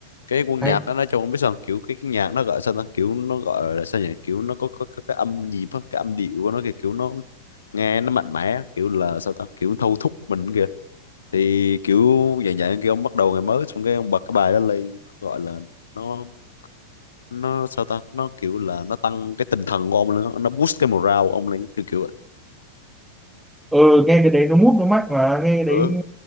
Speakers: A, on the left; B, in the centre.
A: cái quân
B: hay
A: nhạc đó nói chung không biết sao kiểu cái, cái nhạc nó gọi sao ta kiểu nó gọi là sao nhỉ kiểu nó có, có, có cái âm nhịp á, cái âm điệu của nó kìa kiểu nó nghe nó mạnh mẽ kiểu là sao ta kiểu thâu thúc mình kìa thì kiểu dạng dạng kia ông bắt đầu ngày mới xong cái ông bật cái bài đó lên gọi là nó nó sao ta nó kiểu là nó tăng cái tinh thần của ông nữa nó boost cái morale của ông lên kiểu kiểu vậy
B: ừ nghe cái đấy nó mút nó mạnh mà nghe cái đấy
A: ừ.